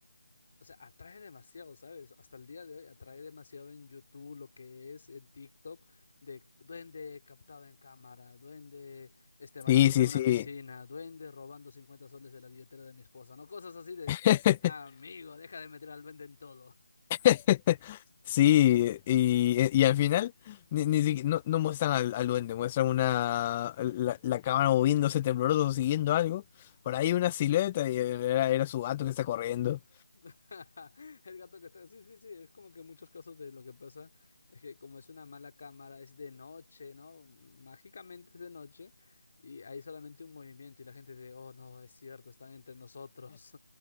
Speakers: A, on the left; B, on the left.
A: O sea, atrae demasiado, ¿sabes? Hasta el día de hoy atrae demasiado en YouTube lo que es en TikTok de duende captado en cámara, duende este bañándose
B: Sí, sí,
A: en una
B: sí.
A: piscina, duende robando 50 soles de la billetera de mi esposa, ¿no? Cosas así de,
B: <laughs>
A: amigo, deja de meter al duende en todo.
B: <laughs> Sí, y, y al final ni, ni siqui- no, no muestran al, al duende, muestran una la, la cámara moviéndose tembloroso, siguiendo algo. Por ahí una silueta y era, era su gato que está corriendo.
A: <laughs> El gato que está... Sí, sí, sí, es como que muchos casos de lo que pasa es que como es una mala cámara, es de noche, ¿no? Mágicamente es de noche. Y hay solamente un movimiento y la gente de, oh no, es cierto, están entre nosotros.